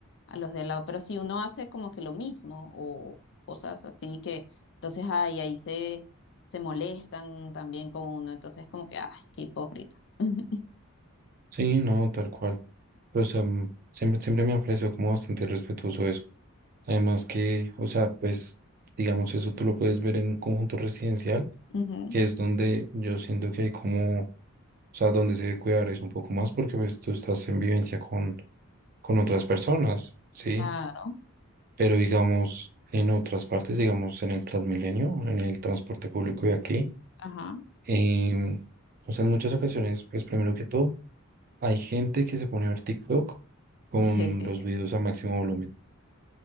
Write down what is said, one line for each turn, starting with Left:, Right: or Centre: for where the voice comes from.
Left: a los de al lado, pero si uno hace como que lo mismo o cosas así que entonces ay, ahí se, se molestan también con uno, entonces como que, ay, qué hipócrita. <laughs>
Right: Sí, no, tal cual. pues o sea, mm, siempre, siempre me ha parecido como bastante respetuoso eso. Además que, o sea, pues, digamos, eso tú lo puedes ver en un conjunto residencial,
Left: Ujú,
Right: que es donde yo siento que hay como, o sea, donde se debe cuidar es un poco más, porque pues tú estás en vivencia con con otras personas, ¿sí?
Left: Claro,
Right: Pero digamos, en otras partes, digamos, en el Transmilenio, en el transporte público de aquí,
Left: ajá.
Right: em, o sea, en muchas ocasiones, pues primero que todo, hay gente que se pone a ver TikTok con
Left: <laughs>
Right: los videos a máximo volumen.